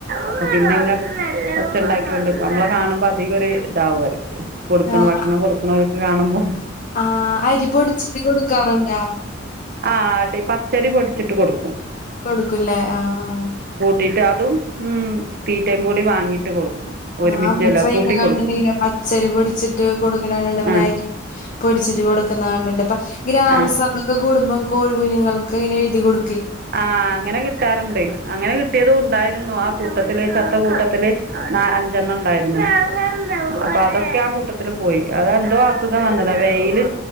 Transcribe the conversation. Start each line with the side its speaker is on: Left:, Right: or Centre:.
Right: അപ്പോ പിന്നെ ഇങ്ങ് ഒച്ച ഇണ്ടാക്കി കൊണ്ട്ക്കും അമ്മളെ കാണുമ്പോ അധികം ഒരു ഇതാവു അവര്ക്ക് <unintelligible>
Left: ആഹ്
Right: ഭക്ഷണം കൊടുക്കുണോല്ക്ക് കാണുമ്പോ
Left: ആഹ് അരി പൊടിച്ചിട്ട് കൊടുക്കാറുണ്ടാ?
Right: ആഹ് ടി പച്ചരി പൊടിച്ചിട്ട് കൊടുക്കും
Left: കൊടുക്കൂലേ ആഹ് ആഹ്
Right: കൂട്ടിട്ട് അതും ഉം തീറ്റയും കൂടി വാങ്ങിട്ട് കൊടുക്കും
Left: ആഹ്
Right: ഒരുമിച്ച്
Left: അമ്മച്ചി
Right: അല്ല
Left: ചെയ്യണ
Right: കൂട്ടി
Left: കണ്ടിണ്ട്
Right: കൊടുക്കും
Left: ഇങ്ങനെ പച്ചരി പൊടിച്ചിട്ട് കൊടുക്കണ കണ്ട്ട്ട്ണ്ട് പിന്നെ
Right: ആ
Left: അരി പൊടിച്ചിട്ട് കൊടുക്കുന്ന കണ്ട്ണ്ട് ഇപ്പൊ ഗ്രാമസഭക്കെ
Right: ആ
Left: കൂടുമ്പം കോഴി കുഞ്ഞുങ്ങൾക്ക് ഇങ്ങനെ എഴുതി കൊടു
Right: ആഹ് അങ്ങനെ കിട്ടാറ്ണ്ടെ അങ്ങനെ കിട്ടിയത് ഉണ്ടായിരുന്നു ആ കൂട്ടത്തില് ചത്ത കൂട്ടത്തില് നാ അഞ്ചെണ്ണം ഉണ്ടായിരുന്നു അപ്പൊ അതൊക്കെ ആ കൂട്ടത്തില് പോയി അതെന്തോ അസുഖം വന്നതാ വെയില്